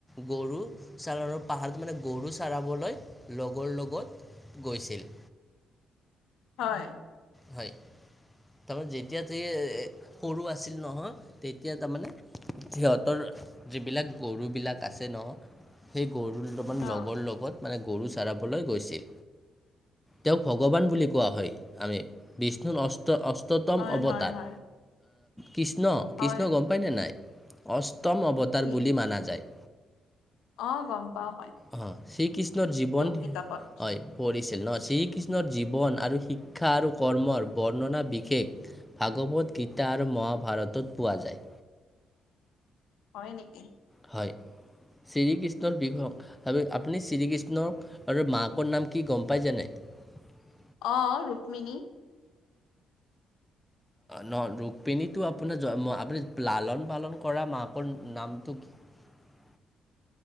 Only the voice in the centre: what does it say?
গৰু সাগৰ আৰু পাহাৰটো মানে গৰু চৰাবলৈ লগৰ লগত গৈছিল।
হয় তাৰমানে যেতিয়া সৰু আছিল নহয়। তেতিয়া তাৰমানে সিহঁতৰ যিবিলাক গৰুবিলাক আছে ন সেই কৃষ্ণই
লগৰ লগত মানে গৰু চৰাবলৈ গৈছিল। তেওঁক ভগৱান বুলি কোৱা হয়। আমি বিষ্ণুৰ অষ্ট অ অষ্টতম
অৱতাৰ
কৃষ্ণ
কৃষ্ণ গম পায়নে নাই অষ্ট উত্তম অৱতাৰ
বুলি মানা যায়।
অ শ্ৰীকৃষ্ণৰ জীৱন
হয়। পৰিচ ন শ্ৰীকৃষ্ণৰ জীৱন আৰু শিক্ষা আৰু কৰ্মৰ বৰ্ণনা বিশেষ ভাগৱত গীতা আৰু মহাভাৰতত পোৱা যায়।
হয়। শ্ৰীকৃষ্ণৰ বিষয়ে আপুনি শ্ৰীকৃষ্ণ আৰু মাকৰ নাম কি গম পাই জাননে? <unintelligible> <inaudible>
ন ৰুক্মিণী আপোনাৰ আপুনি লালন পালন কৰা মাকৰ নামটো কি? <unintelligible> <inaudible>